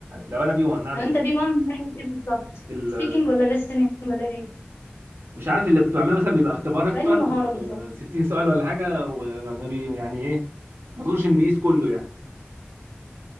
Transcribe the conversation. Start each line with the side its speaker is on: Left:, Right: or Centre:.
Right: لو انا بي 1 اعمل
Left: لو انت
Right: ايه
Left: بي 1 من ناحيه ايه بالظبط
Right: ال-
Left: سبيكنج ولا listening ولا ايه
Right: مش عارف اللي كنت بعمله مثلا بيبقى اختبار اختار
Left: فانهي مهاره بالظبط
Right: آه، 60 سؤال ولا حاجه وما ما بي يعني ايه ما اظنش ان بيقيس كله يعني